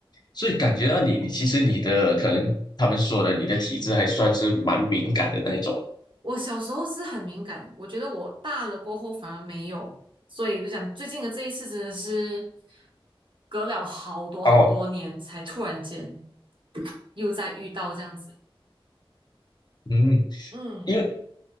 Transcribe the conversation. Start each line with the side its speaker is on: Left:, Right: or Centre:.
Left: 所以感觉到你你其实你的可能他们说的你的体质还算是蛮敏感的那一种
Right: 我小时候是很敏感，我觉得我大了过后反而没有，所以我就讲最近的这一次真的是隔了好多好多年才突然间
Left: 哦。
Right: 又再遇到这样子。
Left: 嗯，
Right: 嗯，
Left: 因为